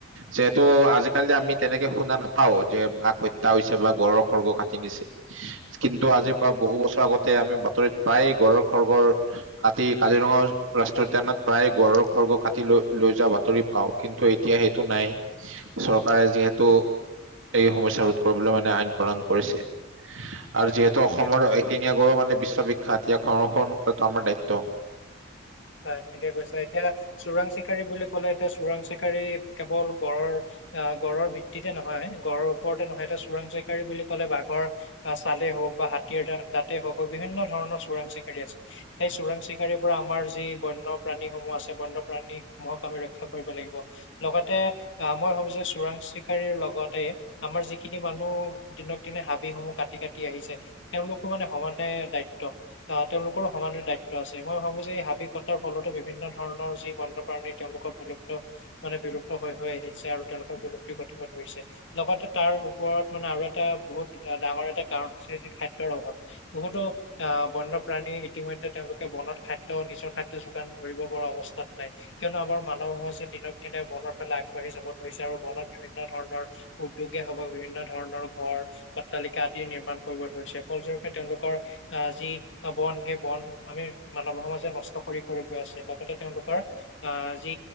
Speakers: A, on the right; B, on the left.
A: যিহেতু আজিকালি আমি তেনেকে শুনা নাপাও যে বাাক হত্যা হৈছে বা গডৰৰ খৰ্গ কাটি নিছে। কিন্তু আজিৰ পৰা বহু বছৰ আগতে আমি বাতৰিত প্ৰায় ঘৰৰ খৰ ঘৰ কাটি কাজিৰঙা। ৰাষ্ট্ৰ উদ্যানত প্ৰায় গড়ৰ খৰ্গ কাটি লৈ লৈ যোৱা বাতৰি পাওঁ কিন্তু এতিয়া সেইটো নাই। চৰকাৰে যিহেতু, এই সমস্যা ৰোধ কৰিবলৈ মানে আইন প্ৰদন কৰিছে।
B: হয়
A: আৰু
B: হয়
A: যিহেতু
B: হয়, ঠিকে
A: অসমৰ
B: কৈছে
A: এশিঙীয়া গড় মানে বিশ্ববিখ্যাত। তেতিয়া খৰক্ষণ কৰাটো আমাৰ দায়িত্ব।
B: হয় ঠিকে কৈছে এতিয়া চোৰাং চিকাৰী বুলি কলে এতিয়া চোৰাং চিকাৰী কেৱল গড়ৰ। অক্ষ গড়ৰ ভিত্তিতে নহয় গড়ৰ ওপৰতে নহয়। এটা চোৰাং চিকাৰাৰী বুলি ক'লে বাঘৰ আহ চালে হওঁক বা হাতীৰ দাঁতেই হওঁক বা বিভিন্ন। ধৰণৰ চোৰাং চিকাৰী আছে সেই চোৰাং চিকাৰীৰ পৰা আমাৰ। যি বন্যপ্ৰাণীসমূহ আছে বন্যপ্ৰাণীসমূহক আমি ৰক্ষা কৰিব লাগিব লগতে অহ মই। হক যে চোৰাং চিকাৰিৰ লগতে আমাৰ যিখিনি মানুহ দিনক দিনে হাবিসমূহ কাটি কাটি আহি। আহিছে তেওঁলোকো মানে সমানে দায়িত্ব আহ তেওঁলোকৰো সমান দায়িত্ব আছে মই ভাবো যে এই হাবি। কটাৰ ফলতো বিভিন্ন ধৰণৰ যি বন্যপ্ৰাণী তেওঁলোকৰ বিলুপ্ত মানে বিলুপ্ত হৈ হৈ আহিছে আৰু। তেওঁলোকৰ বিলুপ্তি গতিপথ হৈছে লগতে তাৰ ওপৰত মানে আৰু এটা বহুত ডাঙৰ এটা কাৰণ হৈ যি খাদ্য অভাৱ বহুতো আহ, বন্যপ্ৰাণী ইতিমধ্যে তেওঁলোকে বনত খাদ্য নিজৰ খাদ্য। যোগান ধৰিব পৰা অৱস্থাত নাই কিয়নো আমাৰ মানৱ সমাজে দিনক দিনে বনৰ ফালে আগবাঢ়ি যাব ধৰিছে আৰু। ফলত বিভিন্ন ধৰণৰ উদ্যোগে হক বিভিন্ন ধৰণৰ ঘৰ অট্টালিকা আদি নিৰ্মাণ কৰিব ধৰিছে। ফলস্বৰূপে তেওঁলোকৰ আহ যি বন সেই বন আমি মানৱ সমাজে নষ্ট। কৰি কৰি গৈ আছে লগতে তেওঁলোকৰ অহ যি